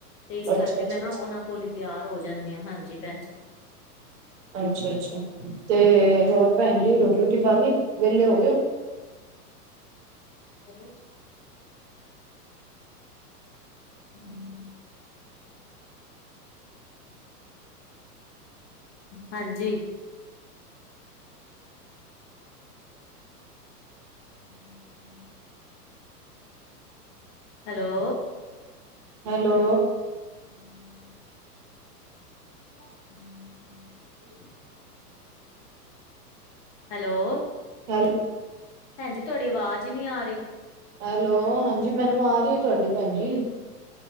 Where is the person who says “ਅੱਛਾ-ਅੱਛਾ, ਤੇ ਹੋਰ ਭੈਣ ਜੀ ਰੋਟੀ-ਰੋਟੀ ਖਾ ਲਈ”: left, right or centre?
Right